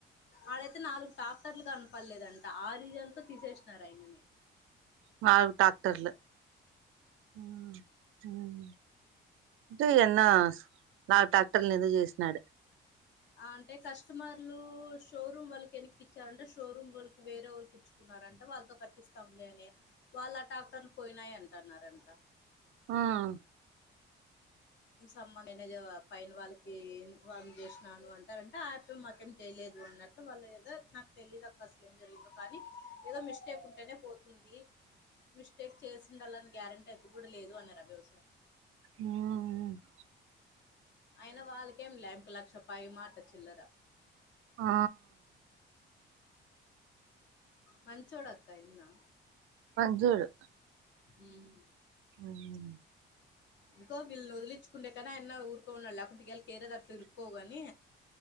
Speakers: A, on the left (about 65°); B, on the right (about 85°).
A: ఆడ తే నాలుగు టాక్టర్లు గనపడ్లేదంట ఆ రీజన్తో తీసేసినారాయనని
B: మావ్ టాక్టర్లు ఉమ్ టే ఎన్న నాలుగు ట్రాక్టర్ల్ను ఏదో చేసినాడు
A: ఆ అంటే కస్టమర్లు షోరూమ్ వాళ్ళకి వెనక్కి ఇచ్చారంట, షోరూమ్ వాల్కి వేరే వోళ్ళకి ఇచ్చుకుంట నారంట వాళ్ళతో కట్టిస్తాంలే అని, వాళ్ళ టాక్టర్లు పోయినాయి అంటన్నారంట
B: ఉమ్
A: సంబ మేనేజర్ వా పైన వాళ్ళకి ఇన్ఫార్మ్ చేసినాను అంటారంట యాబయి మాకేం చెయలేదు దు అన్నట్లు వాళ్ళు ఏదో నాకు తెలిదక్క అసలేం జరిగిందో కానీ ఏదో మిస్టేక్ ఉంటేనే పోతుంది. మిస్టేక్ చేసిండాలని గ్యారంటయితే గుడా లేదు అన్నారబి ఓసారి
B: ఆ అ
A: అయినా వాళ్ళకేం లేంక లక్షపాయి మాట చిల్లర
B: ఆ
A: మంచోడక్కా ఆయన్నా
B: మంచోడు
A: హ్మ్
B: హ్మ్
A: ఇంకొ వీల్నొదిలికుండే కన్నా ఆయన్న ఊర్కోన్నాడు లేక్పోతే కేర దట్ ఇరుక్కోవు గని